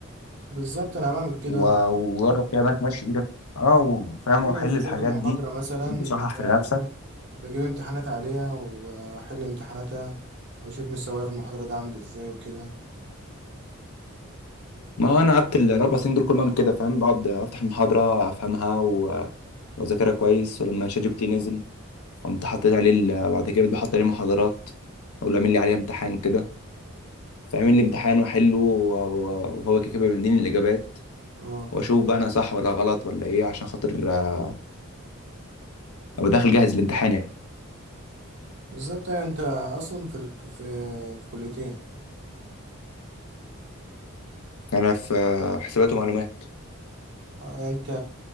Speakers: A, on the right; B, on the left.
A: بالظبط انا بعمل كده
B: و-
A: اه
B: وجرب كده انك ماشي ايدك اه وفاهم
A: كل
B: وحل
A: ما بذاكر
B: الحاجات
A: محاضرة
B: دي
A: مثلا
B: وصحح
A: بجيب
B: في نفسك
A: بجيب امتحانات عليها وبحل امتحاناتها وأشوف مستواي في المحاضرة ده عامل ازاي وكده
B: ما هو انا قعدت ال- الاربع سنين دول كل ما اعمل كده فاهم بقعد افتح المحاضره افهمها و- واذاكرها كويس ولما شات جي بي تي نزل قمت حطيت عليه ال- بعد كده بقيت بحط عليه محاضرات اقول له اعمل لي عليه امتحان كده فيعمل لي امتحان واحله و- و- وهو كده كده بيديني الاجابات
A: اه
B: واشوف بقى انا صح ولا غلط ولا ايه عشان خاطر آه، ابقى داخل جاهز الامتحان يعني
A: بالظبط أيوة انت أصلا في ال... في في كليتين
B: يعني انا في آه، حسابات ومعلومات
A: آه، انت